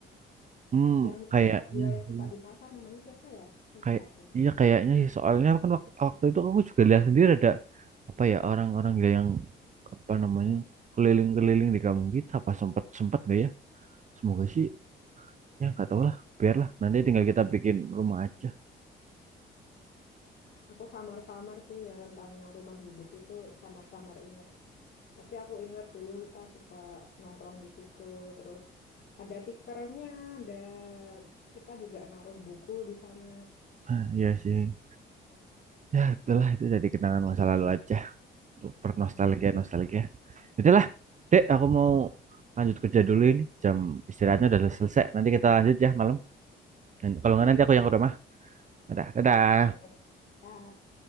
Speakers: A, on the right; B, on the left.
A: Hmm,
B: Yang
A: kayaknya
B: orang gila yang
A: sih.
B: suka di pasar namanya siapa ya? Lupa
A: kayak
B: aku.
A: iya kayaknya sih soalnya kan waktu, waktu itu aku juga lihat sendiri ada apa ya orang-orang gila yang apa namanya keliling-keliling di kampung kita apa sempat sempat gak ya semoga sih ya nggak tahu lah biarlah nanti tinggal kita bikin rumah aja
B: Aku samar-samar sih yang tentang rumah gubuk itu samar-samar inget. Tapi aku inget dulu kita suka nongkrong di situ terus ada tikernya, ada kita juga naruh buku di sana.
A: Hah, iya sih ya itulah itu jadi kenangan masa lalu aja untuk bernostalgia
B: Iya.
A: nostalgia itulah dek aku mau lanjut kerja dulu ini jam istirahatnya udah selesai nanti kita lanjut ya malam Dan kalau
B: Oke.
A: nggak nanti aku yang ke rumah. Dadah, dadah.
B: Oke, oke. Dah.